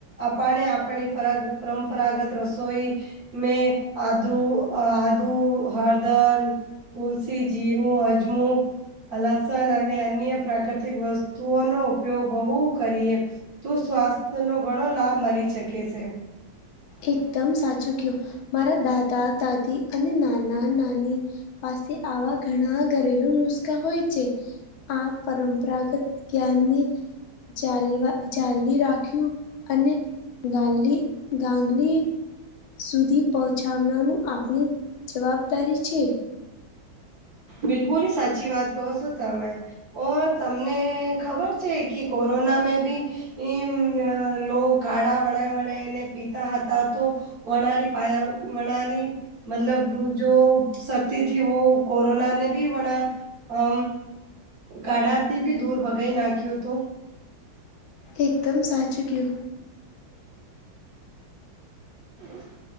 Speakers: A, on the right; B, on the left.
A: આપને આપની પરંપરાગત રસોઈ મે આદરુ અ આદુ હરદર તુલસી જીરુ અજમો લસન અને અન્ય પ્રાકૃતિક વસ્તુઓનોો ઉપયોગ બહુ કરીએ તું સ્વાસ્થ્યનોો ઘણો લાભ મળી શકે છે.
B: એકદમ સાચું કયુ, મારા દાદા દાદી અને નાના નાની પાસે આવા ઘણા ઘરેલું નુસ્ખા હોય છે. આ પરંપરાગત જ્ઞાનને જાલવા જાાલવી રાખ્યું અને ગાલી. ગાંગલી સુધી પહોંચાડનારનું આપણી જવાબદારી છે.
A: બિલકુલ હ સાચી વાત કહ શોતા મેં ઓ તમને ખબર છે, કે કોરોના મે બી એ લો કાળા વણાય વણાય ને પીતા હતા તો વણરી પા વણરી મતલબ જો શક્તિથી કોરોના બી વણા કાઢાથી બી દૂર ભગાઈ નાખ્યો તો
B: એકદમ સાચું કયુ
A: હ